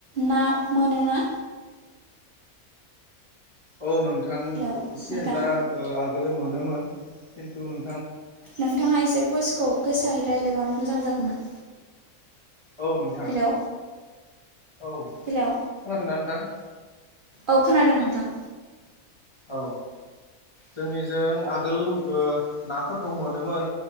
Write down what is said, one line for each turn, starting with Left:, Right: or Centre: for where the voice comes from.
Right: ना मोनोना?
Left: औ नों थां
Right: हेलौ
Left: एसे
Right: नोंथां
Left: एनला ओ आ गोलो मोनोमोन खिन्थु नों
Right: नोंथाङा एसे बइसखौ गोसायै रायज्लायबा मोजां जागौमोन
Left: औ नोंथां
Right: हेलौ
Left: औ
Right: हेलौ
Left: खोनादोंना नोंथां <inaudible>
Right: औ खोनादों नोंथां
Left: औ जोंनिजों आगोल ओ नाफोरखौ मोनोमोन